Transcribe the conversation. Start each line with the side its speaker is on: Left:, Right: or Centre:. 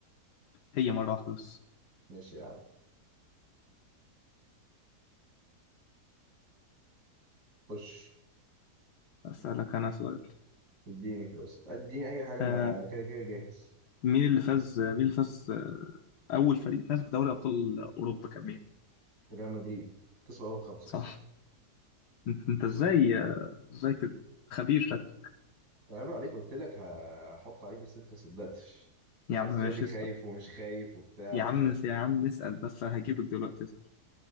Left: هي مرة واحدة بس
Right: ماشي يا عم خش
Left: أسألك أنا سؤال
Right: اديني كده بس. اديني أي حاجة
Left: آه
Right: أنا كده كده جاهز
Left: مين اللي فاز مين اللي فاز آه أول فريق فاز بدوري أبطال أوروبا كان مين؟
Right: ريال مدريد كسبوا أول خمسة
Left: صح
Right: أصلا
Left: أنت أنت إزاي آه، إزاي كده خبير شكلك
Right: عيب عليك قلت لك هحط عليك بس أنت ما صدقتش
Left: يا
Right: قعدت
Left: عم
Right: تقول
Left: ماشي
Right: لي خايف
Left: اسأل
Right: ومش خايف وبتاع
Left: يا
Right: ومش
Left: عم
Right: عارف
Left: يا عم اسأل بس هجيبك دلوقتي اسأل